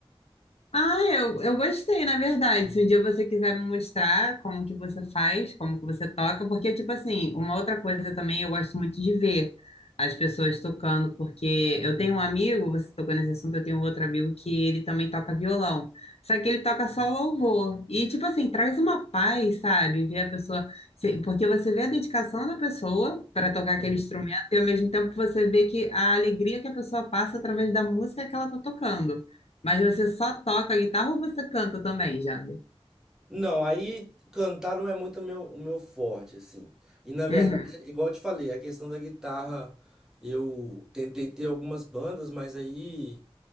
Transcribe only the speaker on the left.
Ah, eu, eu gostei, na verdade. Se um dia você quiser me mostrar como que você faz, como que você toca, porque, tipo assim, uma outra coisa também eu gosto muito de ver as pessoas tocando, porque eu tenho um amigo, você tocou nesse assunto, eu tenho outro amigo que ele também toca violão, só que ele toca só louvor. E, tipo assim, traz uma paz, sabe? Ver a pessoa, se- porque você vê a dedicação da pessoa para tocar aquele
instrumento e, ao mesmo tempo, você vê que a alegria que a pessoa passa através da música que ela tá tocando. Mas você só toca guitarra ou você canta também, Jander?
Uhum.